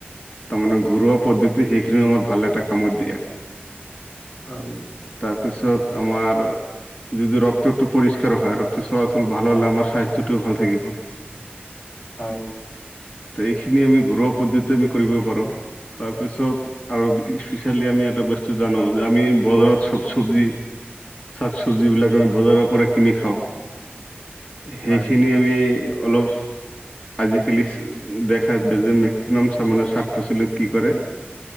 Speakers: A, on the left; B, on the left.
A: তামানে ঘৰুৱা পদ্ধতি এইখিনি আমাৰ ভালএটা কামত দিয়া।
B: উম
A: তাৰপিছত আমাৰ যদি ৰক্তটো পৰিষ্কাৰ হয়, ৰক্ত চলাচল ভাল হ'লে আমাৰ স্বাস্থ্যটো ভাল থাকিব। ত
B: হয়
A: এইখিনি আমি ঘৰুৱা পদ্ধতি আমি কৰিব পাৰো। তাৰপিছত আৰু স্পেচিয়েলি আমি এটা বস্তু জানো যে আমি বজাৰত চব চবজি <unintelligible> শাক চবজিবিলাক আমি বজাৰৰ পৰা কিনি খাওঁ, সেইখিনি
B: হয়
A: আমি অলপ <unintelligible> আজিকালি দেখা যায় যে মেক্সিমাম চামানে শাক পাচলিত কি কৰে